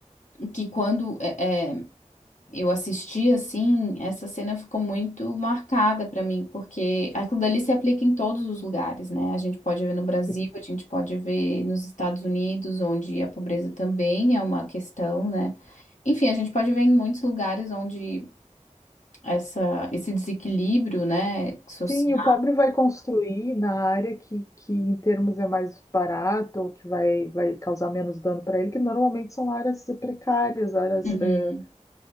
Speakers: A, on the left; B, on the left.
A: que quando é, é, eu assisti, assim, essa cena ficou muito marcada pra mim, porque aquilo dali se aplica em todos os lugares, né? A gente pode ver no Brasil,
B: Sim.
A: a gente pode ver nos Estados Unidos, onde a pobreza também é uma questão, né? Enfim, a gente pode ver em muitos lugares onde essa, esse desequilíbrio, né, social.
B: Sim, e o pobre vai construir na área que, que em termos é mais barato, ou que vai, vai causar menos dano para ele, que normalmente são áreas precárias, áreas
A: Uhum.
B: eh,